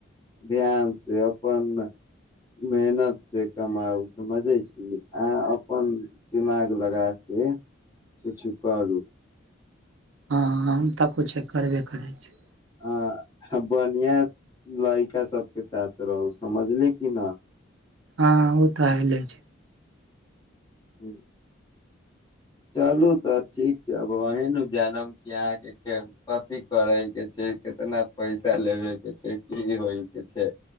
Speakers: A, on the left; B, on the right.
A: ध्यान से अपन मेहनत से कमाउ समझै छी। अहाँ अपन दिमाग लगाके किछु करू।
B: हँ। हम तऽ किछछेक करबे करै छी।
A: अहाँ बढ़िया लड़िका सबके साथ रहू समझली की न।
B: हँ ओ तऽ अले छै।
A: ह्म। चलू तऽ ठीक छैब अहीँ ने जानब कि कथी करयके छै कितना पैसा लेबेके छै की होयके छै